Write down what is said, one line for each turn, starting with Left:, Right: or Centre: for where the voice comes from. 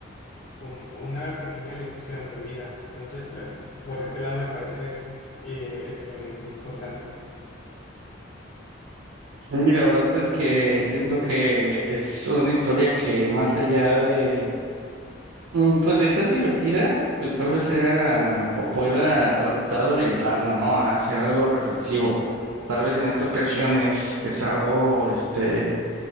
Left: un- una pequeña lección de vida. Entonces, bueno, por este lado me parece eh, excelente, importante.
Right: Sí, la verdad es que siento que es una historia que más allá de, mm, pues de ser divertida, pues tal vez sea o pueda tratar de orientarla, ¿no? A hacer algo reflexivo. Tal vez en esta ocasión es, es algo, este,